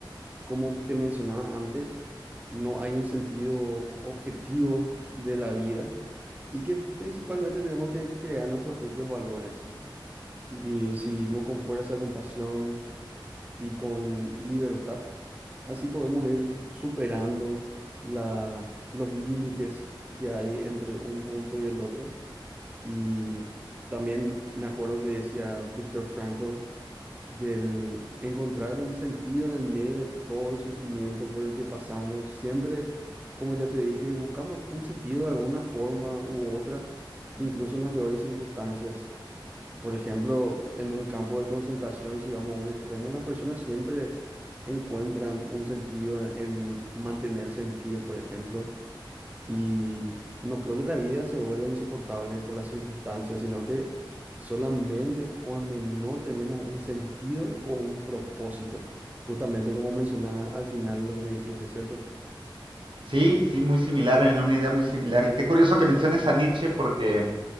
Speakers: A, on the right; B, on the right.
A: como te mencionaba antes, no hay un sentido objetivo de la vida y que principalmente tenemos que crear nuestros propios valores. Vi- Si vivimos con fuerza, compasión y con libertad. Así podemos ir superando la, los límites que hay entre un punto y el otro. Y también me acuerdo que decía Viktor Frankl del encontrar un sentido en el medio de todo el sufrimiento por el que pasamos. Siempre, como ya te dije, buscamos un sentido de alguna forma u otra, incluso en las peores circunstancias. Por ejemplo, en un campo de concentración, si vamos a un extremo, las personas siempre encuentran un sentido en mantenerse en pie, por ejemplo, y no creo que la vida se vuelva insoportable por las circunstancias, sino que solamente cuando no tenemos un sentido o un propósito, justamente como mencionabas al final de lo que me dijiste, ¿cierto?
B: Sí, sí, muy similar, en una idea muy similar. Y qué curioso que menciones a Nietzsche porque